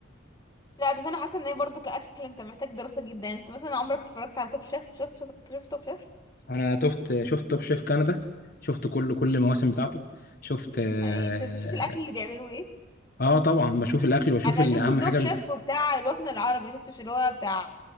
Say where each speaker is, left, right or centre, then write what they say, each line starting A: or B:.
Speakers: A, on the left; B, on the left.
A: لا بس انا حاسة ان هي برضو كأكل انت محتاج دراسة جدا انت مثلا عمرك اتفرجت على توب شيف شفت شفت شفت توب شيف
B: أنا شفت شفت توب شيف كندا شفت كل كل المواسم بتاعته شفت آه
A: انت بتشوف الاكل اللي بيعملوه ايه
B: آه طبعا بشوف الاكل واشوف
A: انا
B: ال-
A: شفت
B: اهم
A: التوب
B: حاجه
A: شيف بتاع الوطن العربي شفتش اللي هو بتاع